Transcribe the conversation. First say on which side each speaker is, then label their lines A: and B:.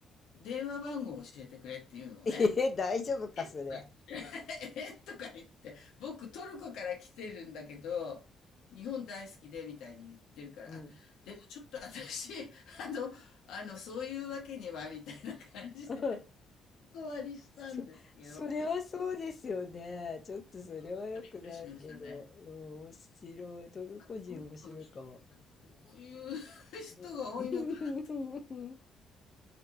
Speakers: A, on the left; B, on the left.
A: 電話番号を教えてくれっていうのね。
B: え、<laughs> 大丈夫か、それ。
A: <laughs> えとか言って、僕トルコから来てるんだけど、日本大好きでみたいに言ってるから、
B: うん。
A: あ、でもちょっと私、<laughs> あの、あの、そういうわけにはみたいな感じで、
B: <laughs> うん
A: お断りしたんですけど、
B: そ、それはそうですよね。ちょっとそれは良くないけど、
A: うん、ちょっとびっくりしましたね。
B: うん、面白い。トルコ人面白いかも。
A: あ、トルコの人ってこういう <laughs> 人が多いのかな。
B: うん、